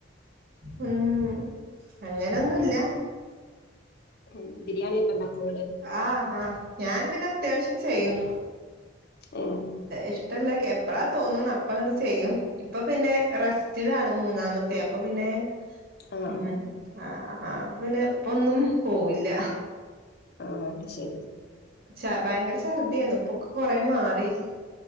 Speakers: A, on the right; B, on the left.
A: ഉം അങ്ങനൊന്നില്ല
B: ഉം ബിരിയാണിയൊക്കെ ഉണ്ടാക്കോ
A: ആഹാ ഞാന് പിന്നെ അത്യാവശ്യം ചെയ്യും
B: ഉം
A: ഇഷ്ടല്ലൊക്കെ എപ്പളാ തോന്ന്ണു അപ്പങ്ങ്ട് ചെയ്യും ഇപ്പൊ പിന്നെ റെസ്റ്റിലാണ് മൂന്നാമത്തെ അപ്പൊ പിന്നെ
B: ആഹ് ആഹ്
A: ഉം ആഹ് ആഹ് അപ പിന്നെ ഇപ്പൊന്നും പോവില്ല
B: ആഹ് അത് ശരി
A: ആഹ് ഭയങ്കര ഛർദിയേന്നു ഇപ്പൊക്കെ കൊറേ മാറി